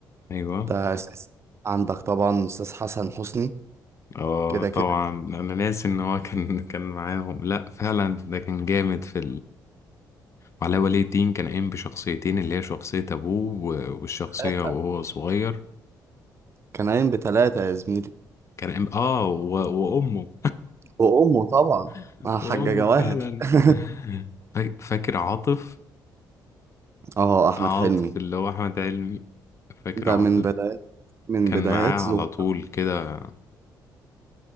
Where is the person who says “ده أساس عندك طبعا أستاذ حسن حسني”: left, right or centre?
Right